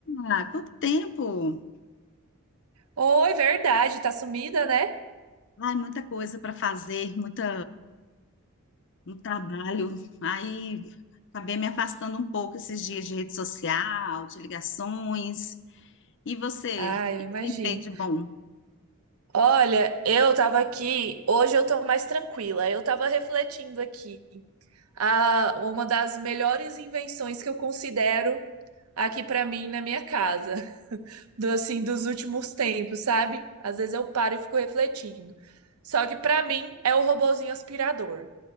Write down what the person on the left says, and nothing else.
Ah, quanto tempo!
Ai, muita coisa para fazer, muita, muito trabalho. Aí acabei me afastando um pouco esses dias de rede social, de ligações. E você,
o
que
que tem feito de bom?